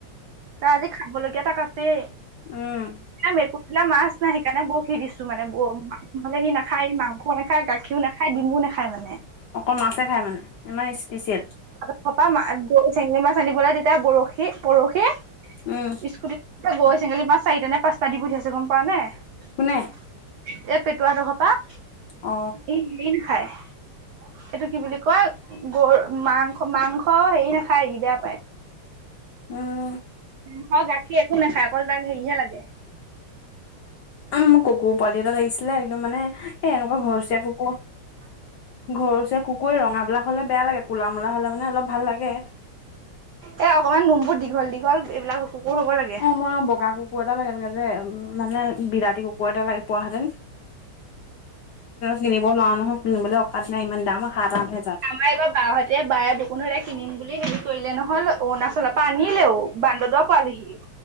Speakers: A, on the right (about 90°); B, on the left (about 70°).
A: তাৰ, আজি খাব লগীয়া তাক আছে।
B: উম
A: মেকুৰীটোলৈ মাছ নাই, সেইকাৰণে বৰশী দিছো মানে ব ন'হলে সি নাখায় মা! নাখায়, গাখীৰ নাখায়, ডিমু নেখায় মানে।
B: অকল মাছহে খাই মানে ইমান স্পেচিয়েল।
A: <unintelligible> চেঙেলী মাছ আনিবলৈ, তেতিয়া বৰশী, বৰশী
B: উম।
A: স্কুটিত, এ, গৰৈ চেঙেলী মাছ চাৰি নে, পাঁচটা দি পঠিয়াইছে গম পোৱা নে এ,
B: কোনে
A: পেটোৱা হঁতৰ ঘৰৰ পৰা,
B: অ
A: ই মিন খায়। এইটো কি বুলি কয়? গৰু মাংস, মাংস হেৰি নাখায়হি, বেয়া পায়।
B: উম।
A: মোহৰ গাখীৰ একো নাখায়, অকল তাক হেৰিহে লাগে।
B: উম, মোক কুকুৰ পোৱালি এটা লাগিছিলে, একদম মানে এ, এনেকুৱা ঘৰচীয়া কুকুৰ ঘৰচীয়া কুকুৰ, এই, ৰঙা বিলাক হ'লে বেয়া লাগে, কোলা মোলা হ'লে মানে অলপ ভাল লাগে।
A: এ, অকনমান নোমবোৰ দীঘল দীঘল, এইবিলাক কুকুৰ হ'ব লাগে।
B: অ, মই আৰু বগা কুকুৰ এটা লাগে, এনেকে যে মানে, বিলাতী কুকুৰ কুকুৰ এটা লগে, পোৱাহেতেন, কিনিব নোৱাৰা নহয়। কিনিবলৈ অকাদ নাই, ইমান দাম, সাত-আঠ হেজাৰ।
A: আমাৰ এইবাৰ বা হঁতে, বায়ে <unintelligible> কিনিম বুলি হেৰি কৰিলে নহল, অৰুণাচলৰ পৰা আনিলেও। বন্দদুৱা পোৱালেহি